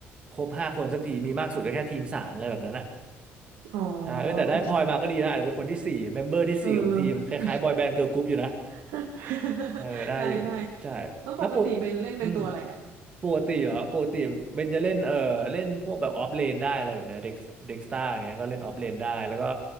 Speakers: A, on the right; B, on the right.
A: ครบห้าคนสักที มีมากสุดก็แค่ทีมสามอะไรแบบนั้นอะ
B: อ๋อ
A: ใช่เออแต่ได้พลอยมาก็ดีนะอาจจะเป็นคนที่สี่เมมเบอร์ที่สี่ของทีมคล้ายๆบอยแบนด์เกิร์ลกรุ๊ปอยู่นะ
B: เข้าใจเออ <laughs>
A: เออได้อยู่ใช่แล้วปก
B: ได้ได้แล้วปกติเบนเล่นเป็นตัวอะไรอะ
A: อืมปกติเหรอปกติเบนจะเล่นเออเล่นพวกแบบออฟเลนได้อะไรแบบเนี้ยเด็กเด็กสตาร์เงี้ยก็เล่นออฟเลนได้แล้วก็